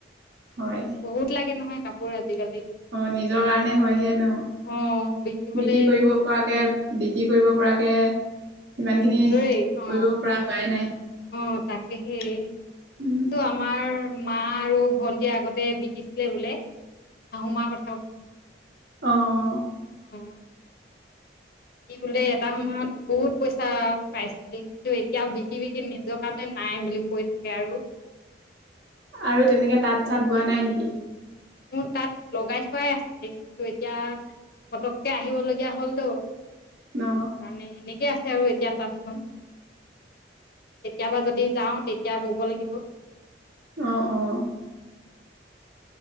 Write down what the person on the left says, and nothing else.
বহুত লাগে নহয় কাপোৰ আজিকালি
অঁ বিকিবলৈ
উম, জৈ, অ',
অ' তাকে সেই
কিন্ত আমাৰ মা আৰু ভন্টি আগতে বিকিছিলে বোলে শাহু মাৰ কথা
অঁ বোলে এটা সময়ত বহুত পইচা পাইছিলে কিন্তু এতিয়া বিকি বিকি নিজৰ কাৰণে নাই বুলি কৈ থাকে আৰু।
মোৰ তাঁত লগাই থোৱাই আছে কিন্তু এতিয়া পতককে আহিবলগীয়া হলতো,
সেইকাৰণে সেনেকে আছে। আৰু এতিয়া তাঁতখন। কেতিয়াবা যদি যাওঁ তেতিয়া বব লাগিব।
অ